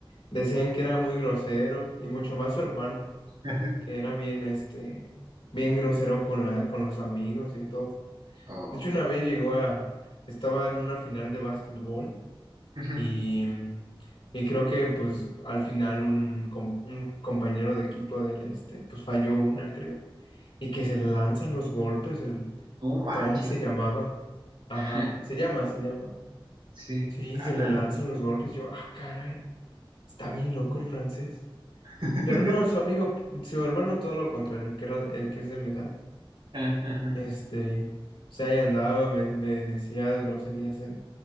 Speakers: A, on the left; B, on the right.
A: Decían que era muy grosero y mucho más su hermano,
B: <laughs>
A: que era bien, este, bien grosero con la, con los amigos y todo.
B: Oh,
A: De hecho, una vez llegó a, estaba en una final de básquetbol
B: ujú.
A: y, y creo que pues al final un, com- un compañero de equipo del este, pues falló una, creo, y que se le lanzan los golpes, el
B: No manches,
A: Tom se llamaba.
B: güey. <laughs>
A: Ajá, se llama, se llama.
B: Sí,
A: Sí,
B: ala,
A: se le lanzan
B: ¿no?
A: los golpes. Yo, ah, caray, está bien loco el francés.
B: <laughs>
A: Pero no, su amigo, su hermano, todo lo contrario, el que era, el que es de mi edad.
B: Ah, Ajá.
A: Este, o sea, ahí andaba, me, me decía groserías en,